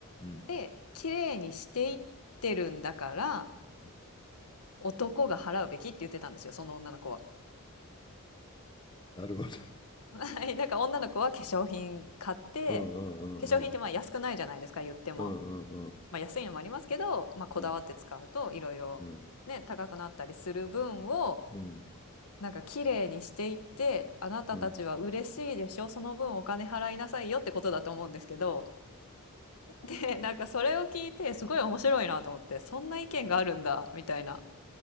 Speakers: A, on the left; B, on the left.
A: ん、
B: で綺麗にしていってるんだから
A: うん
B: 男が払うべきって言ってたんですよその女の子は。
A: なるほど。
B: <laughs> はいなんか女の子は化粧品買って
A: うん、うん、
B: 化粧品ってまあ安くないじゃないですか言っても。
A: うん、うん、
B: まあ、安いのもありますけど、まあ、こだわって使うといろいろね高くなったりする分を
A: うん、うん、うん、うん、
B: なんか綺麗にしていって、あなたたちは嬉しいでしょ、
A: うん。
B: その分お金払いなさいよってことだと思うんですけど、で、なんかそれを聞いてすごい面白いなと思って、そんな意見があるんだみたいな。